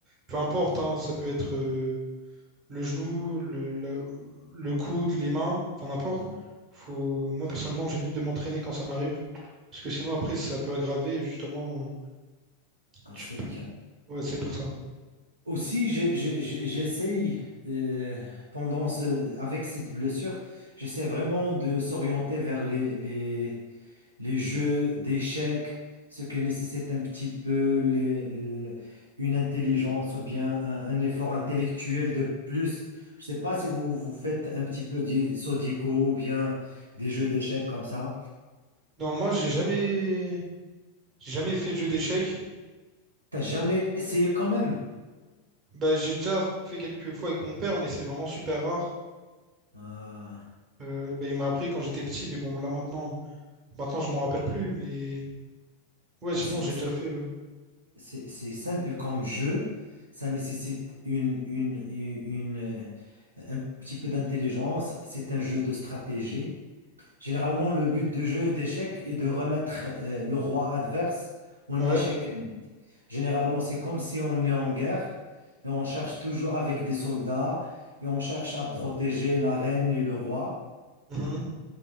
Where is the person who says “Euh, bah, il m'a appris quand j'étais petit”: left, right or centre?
Right